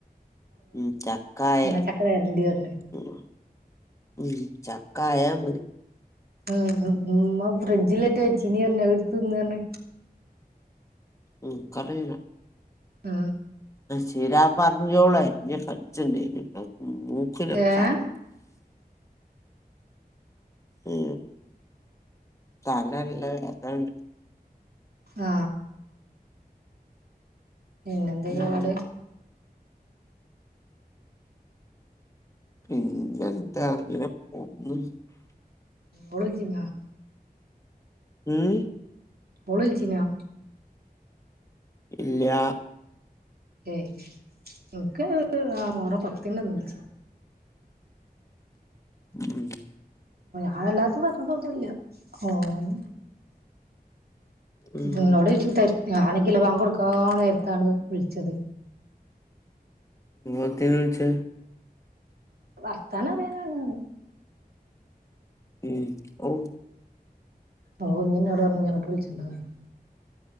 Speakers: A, on the left; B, on the right.
A: ഉം ചക്കായ
B: ഇന്നാ ചക്ക തരണ്ട് പറഞ്ഞ്
A: ഉം ഉം ചക്കായ മതി
B: ഉ ഉമ്മ ഫ്രിഡ്ജിലറ്റ വച്ചീനി പറഞ്ഞ് അത് ഇടുത്ത് തിന്ന് പറഞ്ഞ്
A: ഉം ഇൻക് അറീല
B: ആ
A: ചീര പറങ്കി മുളക് അരിഞ്ഞ് കടിച്ച് ഉണ്ടായിനിട്ടെ മൂക്ക്ലൊക്കെ
B: ഏഹ്
A: ആയി ഉ തലല്ല വേദന ഇണ്ട്
B: ആ പിന്നെന്തൊക്കെപാട്
A: ഉം പിന്നെ എന്താ അങ്ങന പോന്നു
B: ഓള് വിളിച്ചീനോ
A: ഉം
B: ഓള് വിളിചീനോ
A: ഇല്ല
B: ഏയ് ഇനിക്ക് ആ മോഹറം പത്തിന്റെ അന്ന് വിളിച്ച്
A: ഉം
B: ആ അല്ലാതും ഒന്നുംപറഞ്ഞിട്ട് ഒന്നുല്ല ഹം
A: ഉം
B: നിന്നോട് ചോയ്ച് തെരക്ക് അതാണെങ്കിലോ ബാങ്ക് കൊടുക്കാ നേരത്താണ് വിളിച്ചത്
A: എത്തിനെ വിളിച്ചേ
B: വർത്താനം അറിയാനാണ്ന്ന്
A: ഉം ഔ
B: ഓ ഇന്നവിട പറഞ്ഞു ഞങ്ങട്ട് വിളിച്ചിണ്ട പറഞ്ഞു